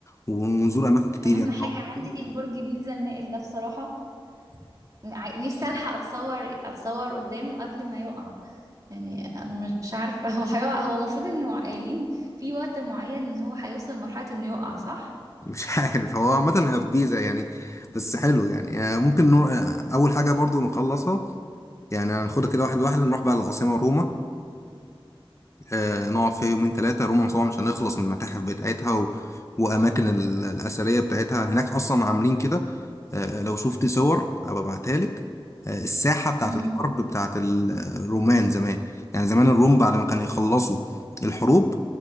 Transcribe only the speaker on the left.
ونزور اماكن كتير
يعني
<laughs>
مش عارف هو عامه هي في بيزا يعني بس حلو يعني آه، ممكن نروح اول حاجه برضه نخلصها يعني هناخدها كده واحد واحد نروح بقى للعاصمه روما آه، نقعد فيها يومين ثلاثة روما مصر مش هنخلص من المتاحف بتاعتها و... وأماكن ال- الأثرية بتاعتها هناك أصلا عاملين كده آه، لو شفت صور هبقى ابعتها لك آه، الساحة بتاعت
الحرب بتاعت ال- الرومان زمان يعني زمان الروم بعد ما كانوا يخلصوا الحروب